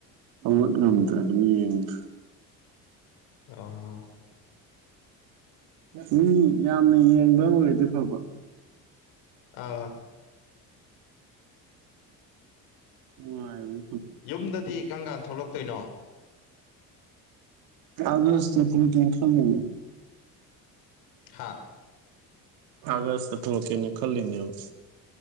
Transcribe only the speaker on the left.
ꯑꯣ ꯍꯣ
ꯑꯥ
ꯌꯨꯝꯗꯗꯤ ꯀꯝꯀꯥꯟ ꯊꯣꯛꯂꯛꯇꯣꯏꯅꯣ
ꯍꯥꯥ